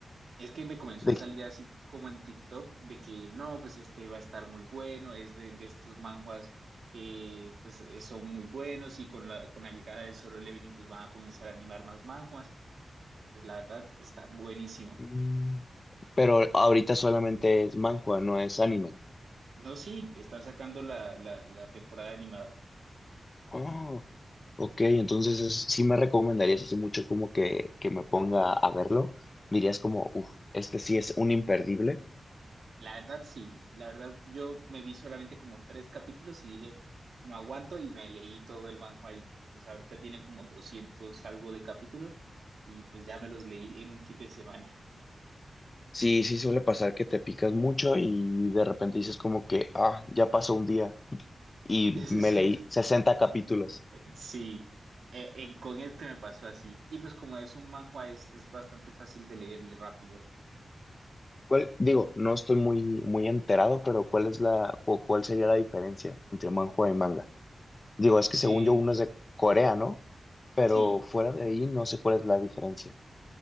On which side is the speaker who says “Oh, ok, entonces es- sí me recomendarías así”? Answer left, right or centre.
Left